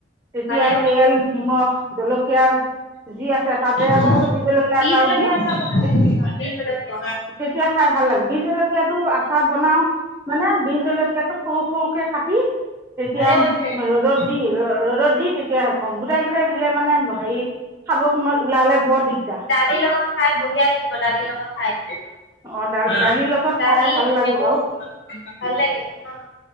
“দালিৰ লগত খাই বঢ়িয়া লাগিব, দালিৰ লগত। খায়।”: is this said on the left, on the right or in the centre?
Left